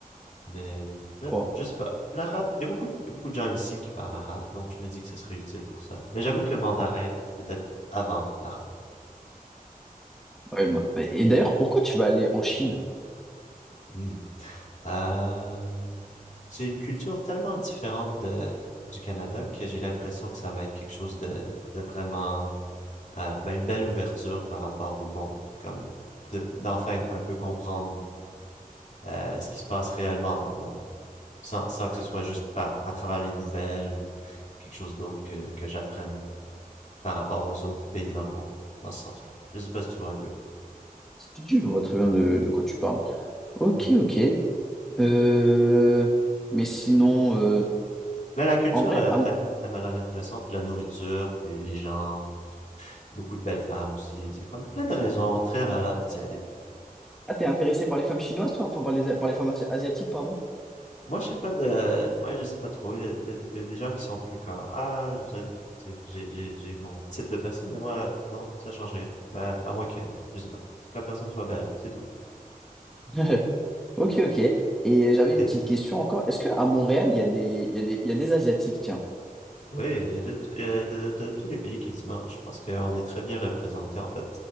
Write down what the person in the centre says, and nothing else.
crois.
Ouais, le Ma- mais- Et d'ailleurs, pourquoi tu vas aller en Chine?
Si tu vois très bien de, de quoi tu parles. Ok,
ok. Euh, Mais sinon. euh,
En vrai,
ah, m-
ah, t'es intéressé par les femmes chinoises, toi? Enfin, par les, par les femmes asi- asiatiques, pardon?
<laughs> Ok, ok. Et j'avais une
petite question encore. Est-ce que à Montréal, il y a des, il y a des, il y a des Asiatiques, tiens?